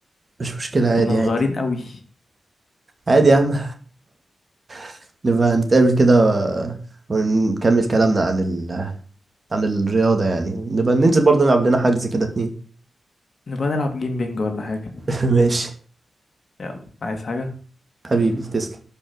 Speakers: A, on the right (about 30°); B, on the left (about 50°).
A: مش مشكلة عادي
B: كنا صغيرين
A: عادي
B: قوي
A: عادي يا عم <laughs> نبقى نتقابل كده ونكمل كلامنا عن ال... عن الرياضة يعني نبقى ننزل برضه نلعب لنا حجز كده اتنين
B: نبقى نلعب جيم بينج ولا حاجه
A: <laughs> ماشي
B: يلا عايز حاجه
A: حبيبي تسلم